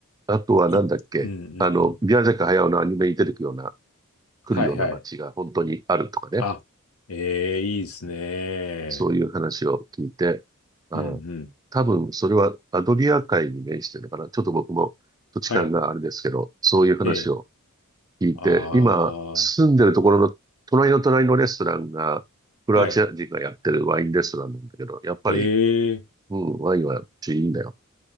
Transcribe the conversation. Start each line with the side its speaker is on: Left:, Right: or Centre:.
Right: あとはなんだっけ、
Left: い、うんうんうん。
Right: あの、宮崎駿のアニメに出てくるような、来るような街が本当にあるとかね。
Left: はいはい。あ、ええいいですね。
Right: そういう話を聞いて、あー、
Left: うんうん。
Right: 多分それはアドリア海に面してるのかな。ちょっと僕も土地勘があれですけど、
Left: はい。
Right: そういう話を
Left: ええ。
Right: 聞いて、
Left: ああ、
Right: 今住んでるところの隣の隣のレストランが、クロアチア人がやってるワインレストランなんだけど、
Left: はい。
Right: やっぱり、
Left: ええ。
Right: うん、ワインはこっちいいんだよっ